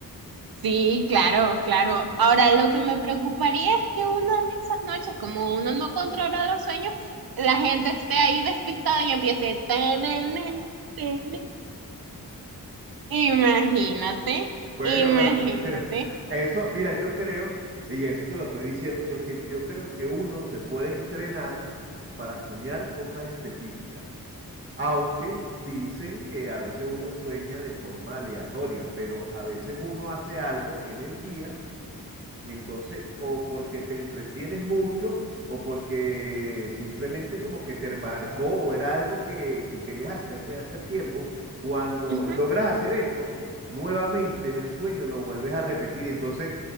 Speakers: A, on the right; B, on the right.
A: Sí, claro, claro. Ahora, lo que me preocuparía es que una de esas noches, como uno no controla los sueños, la gente esté ahí despistada y empiece... "Tanana, tanana". Imagínate,
B: Bueno,
A: imagínate.
B: pero <laughs> eso, mira, yo creo, y eso te lo estoy diciendo yo, que yo creo que uno se puede entrenar para soñar cosas específicas. Aunque dicen que a veces uno sueña de forma aleatoria, pero a veces uno hace algo en el día y entonces, o porque te entretienes mucho, o porque simplemente como que te marcó o era algo que, que querías hacer de hace tiempo, cuando
A: Ujú.
B: logras hacer eso, nuevamente en el sueño lo vuelves a repetir. Y entonces,